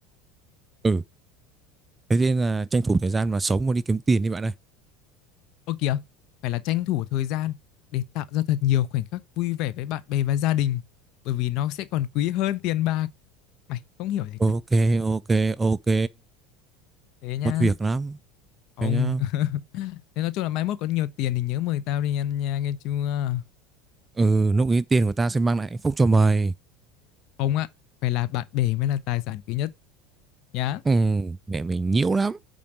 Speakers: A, on the right; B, on the left.
A: Ừ, thế nên là tranh thủ thời gian mà sống mà đi kiếm tiền đi bạn ơi.
B: ô kìa phải là tranh thủ thời gian để tạo ra thật nhiều khoảnh khắc vui vẻ với bạn bè và gia đình bởi vì nó sẽ còn quý hơn tiền bạc mày không hiểu gì cả
A: Ok, ok, ok.
B: thế nha
A: Mất việc lắm.
B: ông
A: Thế nhá.
B: <laughs> thế nói chung là mai mốt có nhiều tiền thì nhớ mời tao đi ăn nha nghe chưa
A: Ừ, lúc ý tiền của ta sẽ mang lại hạnh phúc cho mày.
B: ông ạ phải là bạn bè mới là tài sản quý nhất nhá
A: Ừ, mẹ mình nhiễu lắm.